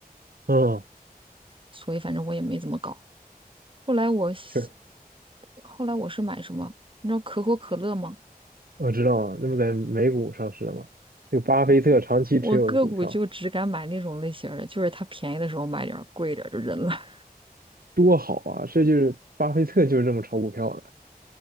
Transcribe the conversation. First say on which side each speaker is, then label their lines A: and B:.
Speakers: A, on the right (about 70°); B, on the right (about 35°).
A: 嗯，
B: 所以反正我也没怎么搞。后来我是
A: 确，
B: 后来我是买什么？你知道可口可乐吗？
A: 我知道啊，那不在美股上市了吗？这个巴菲特长期持有的股票。
B: 我个股就只敢买那种类型儿的，就是它便宜的时候买点儿贵一点儿就扔了。<laughs>
A: 多好啊！这就是巴菲特就是这么炒股票的，